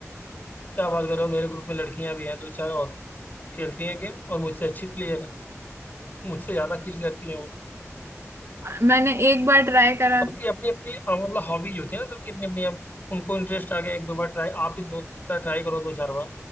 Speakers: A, on the left; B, on the right.
A: क्या बात कर रहे हो मेरे ग्रुप में लड़कियां भी हैं दो चार और खेलती हैं गेम और मुझसे अच्छी प्लेयर है मुझसे ज्यादा किल करती हैं वो
B: मैंने एक बार ट्राई करा
A: बाकी
B: था
A: अपनी अपनी अ, मतलब हॉबीज होती है ना सबकी अपनी अपनी अब उनको इंटरेस्ट आ गया एक दो बार ट्राई आप भी हो सकता है ट्राई करो दो चार बार